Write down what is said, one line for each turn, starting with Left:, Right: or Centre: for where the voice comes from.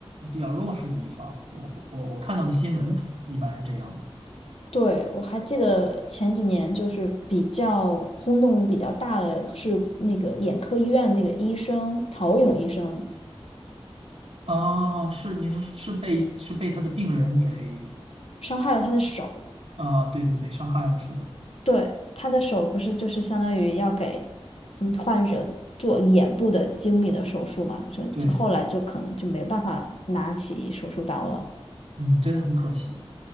Right: 比较弱势的一方。我我我看到的新闻一般是这样的。
Left: 对，我还记得前几年就是比较轰动比较大的是那个眼科医院那个医生陶勇医生
Right: 哦，是你是是被是被他的病人给
Left: 伤害了他的手。
Right: 啊、对对对，伤害了，是的，
Left: 对，他的手不是就是相当于要给嗯患者做眼部的精密的手术嘛，所以就后来就可能就没有办法拿起手术刀了。
Right: 对，嗯，真的很可惜